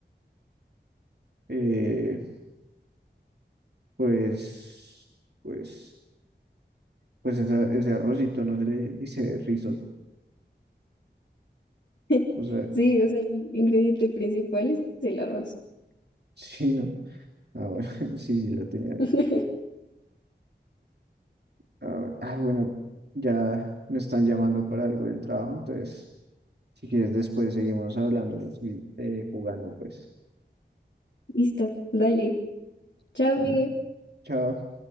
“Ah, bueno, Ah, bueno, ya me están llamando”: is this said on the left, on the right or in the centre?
Right